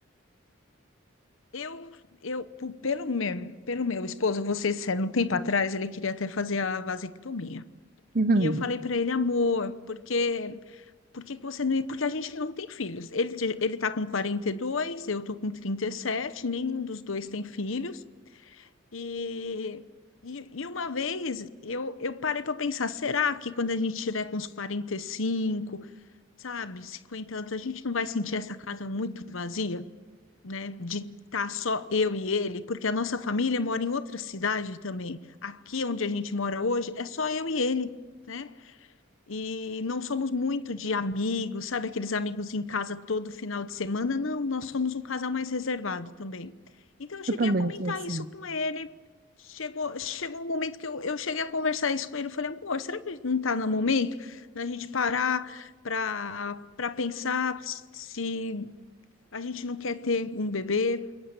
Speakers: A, on the left; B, on the right.
A: Eu, eu, po- pelo meu, pelo meu esposo, você sério, um tempo atrás, ele queria até fazer a vasectomia.
B: Uhum.
A: E eu falei para ele, amor, porque por que que você não. ia? Porque a gente não tem filhos. Ele, te- ele tá com 42, eu tô com 37. nenhum dos dois tem filhos. E, e, e uma vez eu, eu parei para pensar, será que quando a gente tiver com uns 45 sabe, 50 anos, a gente não vai sentir essa casa muito vazia, né? De estar só eu e ele, porque a nossa família mora em outra cidade também. Aqui onde a gente mora hoje é só eu e ele, né? E não somos muito de amigos, sabe? Aqueles amigos em casa todo final de semana. Não, nós somos um casal mais reservado também. Então eu cheguei
B: Eu também
A: a comentar
B: sou assim.
A: isso com ele. Chegou, chegou um momento que eu, eu cheguei a conversar isso com ele. Eu falei, amor, será que não está no momento da gente parar para para pensar se a gente não quer ter um bebê?